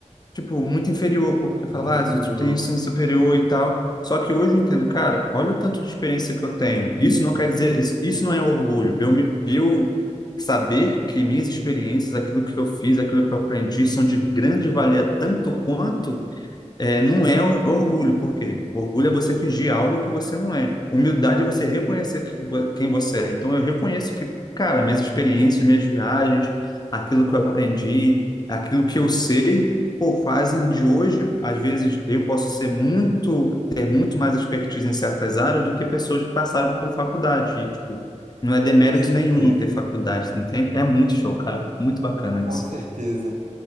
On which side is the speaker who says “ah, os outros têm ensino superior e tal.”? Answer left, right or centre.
Left